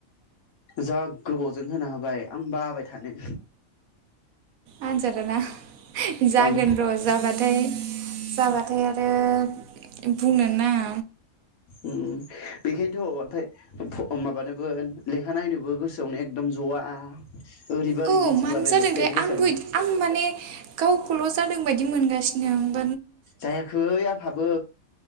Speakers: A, on the left (about 80°); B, on the right (about 85°).
A: जा गोबावजों होनो हाबाय आं बाबाय थानो।
B: आनजादा ना? जागोन
A: आं
B: र' जाबाथाय जाबाथाय आरो बुंनो नाङा
A: उम बेखायनोथ' ओमफाय फ' माबानोबो लेखा नायनोब बो गोसोआवनो एकदम ज'वा ओरैबा ओरै
B: औ
A: बिरथिंलाबायबायसो
B: मानो जादोंथाय
A: थायो गोसोआवनो।
B: आंबो आं माने गावखौल' जादों बायदि मोनगासिनो आं
A: जायाखै आंहाबो